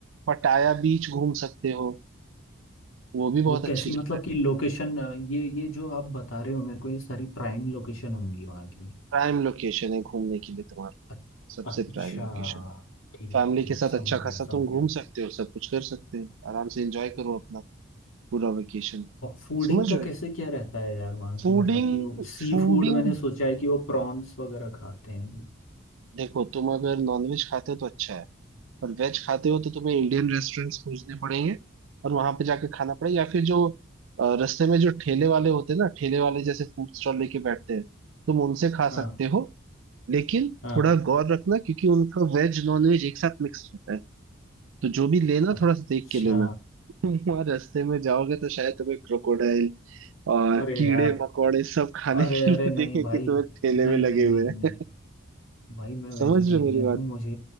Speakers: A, on the right; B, on the left.
A: पटाया बीच घूम सकते हो वो भी बहुत
B: वो
A: अच्छी
B: कैसी
A: जगह
B: मतलब
A: है
B: कि लोकेशन ये ये जो आप बता रहे हो मेरे को ये सारी प्राइम लोकेशन होंगी वहाँ की
A: प्राइम लोकेशन है घूमने के लिए तुम्हारा
B: अ-
A: सबसे
B: अच्छा
A: प्राइम लोकेशन
B: ठीक
A: फैमिली
B: ठीक
A: के साथ
B: समझ
A: अच्छा
B: गया
A: खासा
B: समझ
A: तुम घूम
B: गया
A: सकते हो सब कुछ कर सकते हो आराम से एंजॉय करो अपना पूरा वेकेशन
B: और फूडिंग
A: समझ
B: का
A: रहे
B: कैसे
A: हो
B: क्या रहता है यार वहाँ की
A: फूडिंग
B: मतलब कि सी
A: फूडिंग
B: फूड मैंने सोचा है कि वो प्रॉन्स वगैरह खाते हैं
A: देखो तुम अगर नॉनवेज खाते हो तो अच्छा है और वेज खाते हो तो तुम्हें इंडियन रेस्टोरेंट्स खोजने पड़ेंगे और वहां पे जाके खाना पड़ेगा या फिर जो अ, रास्ते में जो ठेले वाले होते हैं ना ठेले वाले जैसे फूड स्टॉल लेके बैठते हैं तुम उनसे खा
B: हाँ
A: सकते हो लेकिन
B: हाँ
A: थोड़ा गौर रखना क्योंकि उनका वेज नॉन वेज एक साथ मिक्स होता है तो जो भी लेना
B: अच्छा
A: थोड़ा सा देख के लेना तुम वहां रास्ते में जाओगे तो शायद तुम्हें क्रोकोडाइल और
B: अरे
A: कीड़े
B: यार
A: मकोड़े सब खाने
B: अरे
A: के
B: अरे
A: लिए
B: नहीं
A: देखे
B: भाई
A: कि तुम्हें ठेले
B: नहीं
A: में लगे
B: नहीं नहीं
A: हुए
B: नहीं
A: हैं
B: भाई मैं वेजिटेरियन
A: समझ रहे हो मेरी बात
B: हूँ मुझे